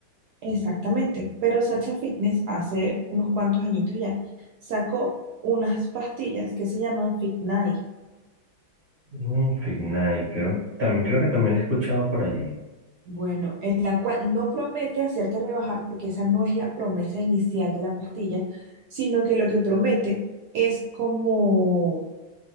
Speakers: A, on the right; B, on the right.
A: Exactamente, pero Sacha Fitness hace unos cuantos añitos ya sacó unas pastillas que se llaman Fit Night.
B: Mm, Fitness, creo, también creo que también lo he escuchado por allí.
A: Bueno, en la cual no promete hacerte rebajar, porque esa no es la promesa inicial de la pastilla, sino que lo que promete es como